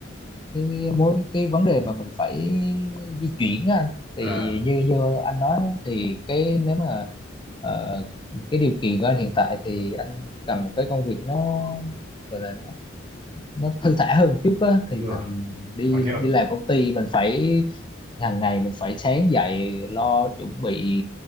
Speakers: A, on the left; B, on the right.
A: cái mối cái vấn đề mà mình phải di chuyển á anh thì
B: à
A: như như anh nói thì cái nếu mà ờ, cái điều kiện của anh hiện tại thì anh cần một cái công việc nó gọi là nó nó thư thả hơn một chút á thì
B: đúng rồi
A: mình đi
B: có nhiều
A: đi làm công ty mình phải hàng ngày mình phải sáng dậy lo chuẩn bị